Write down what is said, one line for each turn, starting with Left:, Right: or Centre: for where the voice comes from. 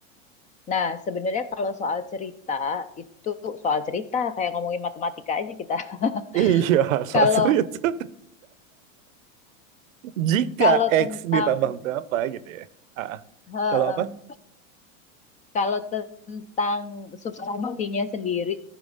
Left: Nah, sebenarnya kalau soal cerita itu soal cerita kayak ngomongin matematika aja kita.
Right: Iya,
Left: <laughs>
Right: soal
Left: Kalau
Right: cerita. <laughs> Jika
Left: kalau
Right: X
Left: tentang
Right: ditambah berapa gitu ya. Ah, ah.
Left: heeh,
Right: kalau apa?
Left: kalau tentang substansinya sendiri